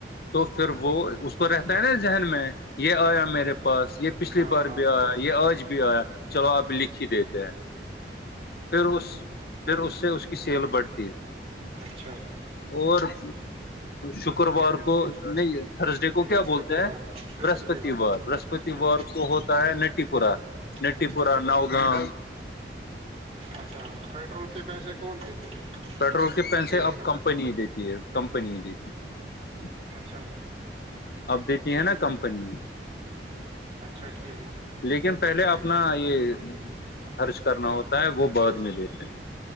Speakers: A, on the left; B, on the right.
A: تو پھر وہ اس کو رہتا ہے نا ذہن میں یہ آیا میرے پاس یہ پچھلی
B: ہاں
A: بار
B: ہاں
A: بھی آیا یہ آج بھی آیا چلو آپ لکھی دیتے ہیں پھر اس پھر اس سے اس کی سیل بڑھتی ہے
B: اچھا
A: اور ا شکروار کو نہیں تھرسڈے کو
B: برہسپتی
A: کیا بولتے ہیں
B: وار برہسپتی
A: برہسپتیوار
B: وار
A: برہسپتیوار
B: ہاں
A: کو اس کو ہوتا ہے نٹی پورا نٹی
B: اچھا
A: پورا نؤ گاں
B: اچھا پیٹرول کے پیسے کون دیتے ہیں
A: پیٹرول کے پیسے
B: تیل
A: اب
B: کا
A: کمپنی
B: پیسہ
A: ہی دیتی ہے کمپنی ہی دیتی ہے
B: اچھا
A: اب دیتی ہیں نا کمپنی
B: اچھا ٹھیک
A: لیکن پہلے اپنا یہ خرچ کرنا ہوتا ہے وہ بعد میں بیھے